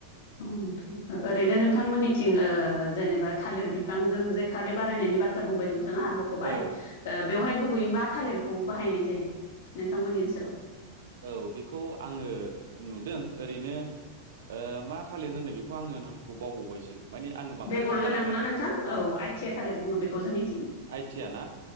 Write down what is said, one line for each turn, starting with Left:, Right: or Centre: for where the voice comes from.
Left: औ नोंथां। ओरैनो नोंथांमोननिथिं
Right: औ
Left: ओ जेनोबा थालिर बिफांजों जे खारै बारनायनि बाथ्रा बुंबाय नोंथाङा मख'बाय
Right: औ
Left: ओ बेवहाय गु बै मा थालिरखौ बाहायनाय जायो नोंथांमोननि ओनसोलाव?
Right: औ बेखौ आङो नुदों ओरैनो ओ मा थालिर होनो बेखौ आङो नामखौ बावबावबायसो। माने आङो बांद्राय
Left: बेगर
Right: थाल
Left: गोनां
Right: लाया नालाय
Left: ना नोंथां औ आइ थि आ थालिर बुङो बेखौ जोंनिथिं।
Right: आइटिया ना